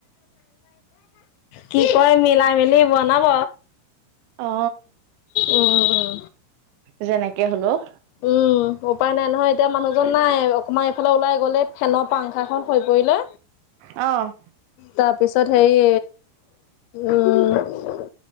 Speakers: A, on the left; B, on the right.
A: কি কয়, মিলাই মি <unintelligible> বনাব,
B: অ
A: উম।
B: যেনেকে হলেওঁ।
A: উম উপায় নাই নহয়, এতিয়া মানুহজন নাই, অকণমান এইফালে ওলাই গ'ল, এই ফেনৰ পাংখা খন সৰি পৰিলে।
B: অ'।
A: তাৰপিছত হেৰি উম,